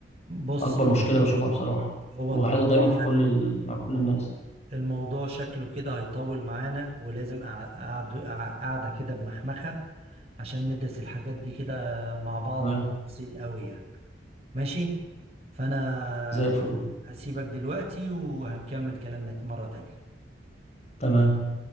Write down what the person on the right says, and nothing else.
بص
هو
هو
الموضوع
الموضوع شكله كده هيطول معانا ولازم قعدة قعدة كده بمخمخة عشان ندرس الحاجات دي كده مع بعض
بتفصيل قوي يعني ماشي فانا
هسيبك دلوقتي وهنكمل كلامنا مرة تانية